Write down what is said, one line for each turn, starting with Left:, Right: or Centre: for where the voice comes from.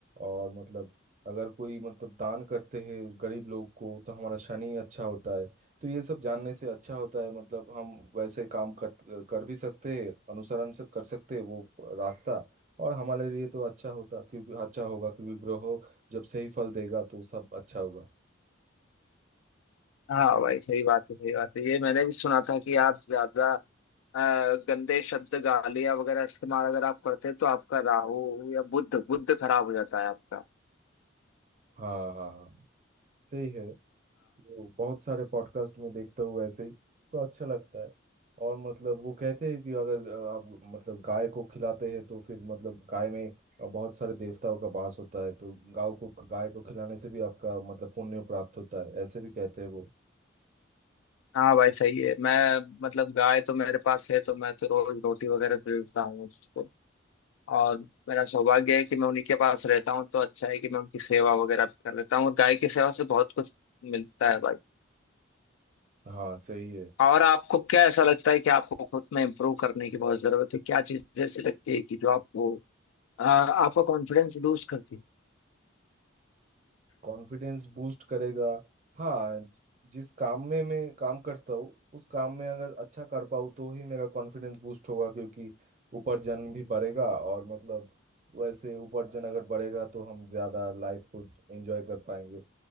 Right: और मतलब अगर कोई मतलब दान करते हैं गरीब लोग को तो हमारा शनि अच्छा होता है तो ये सब जानने से अच्छा होता है मतलब हम वैसे काम कर कर भी सकते हैं अनुसरण से कर सकते हैं वो रास्ता और हमारे लिए तो अच्छा होता क्योंकि अच्छा होगा क्योंकि ग्रह जब सही फल देगा तो सब अच्छा होगा
Left: हाँ भाई सही बात है सही बात है ये मैंने भी सुना था कि आप ज्यादा अ, गंदे शब्द गालियाँ वगैरह इस्तेमाल अगर आप करते हैं तो आपका राहु या बुध बुध खराब हो जाता है आपका
Right: हाँ हाँ हाँ, सही है वो बहुत सारे पॉडकास्ट में देखता हूँ ऐसे ही तो अच्छा लगता है और मतलब वो कहते हैं कि अगर अ, आप मतलब गाय को खिलाते हैं तो फिर मतलब गाय में अ, बहुत सारे देवताओं का वास होता है तो गाय को गाय को खिलाने से भी आपका मतलब पुण्य प्राप्त होता है ऐसे भी कहते हैं वो
Left: हाँ भाई सही है मैं मतलब गाय तो मेरे पास है तो मैं तो रोज रोटी वगैरह दे देता हूँ उसको और मेरा सौभाग्य है कि मैं उन्हीं के पास रहता हूँ तो अच्छा है कि मैं उनकी सेवा वगैरह भी कर लेता हूँ और गाय की सेवा से बहुत कुछ मिलता है भाई
Right: हाँ सही है
Left: और आपको क्या ऐसा लगता है कि आपको खुद में इम्प्रूव करने की बहुत जरूरत है क्या चीज ऐसी लगती है कि जो आपको आ, आपका कॉन्फिडेंस लूज करती है
Right: कॉन्फिडेंस बूस्ट करेगा हाँ ज- जिस काम में मैं काम करता हूँ उस काम में अगर अच्छा कर पाऊँ तो ही मेरा कॉन्फिडेंस बूस्ट होगा क्योंकि उपार्जन भी बढ़ेगा और मतलब वैसे उपार्जन अगर बढ़ेगा तो हम ज़्यादा लाइफ को एंजॉय कर पाएंगे